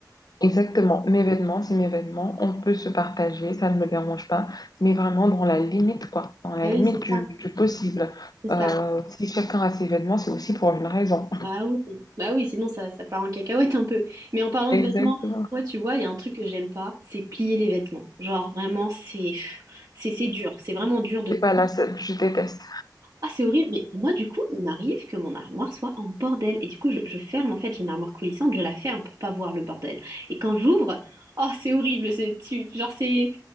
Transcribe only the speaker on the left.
Exactement, mes vêtements, c'est mes vêtements, on peut se partager, ça ne me dérange pas, mais vraiment dans la limite, quoi, dans la
limite
du,
du possible.
Euh,
si chacun a ses vêtements, c'est aussi pour une raison.
Exactement.
C'est
pas la seule, je déteste.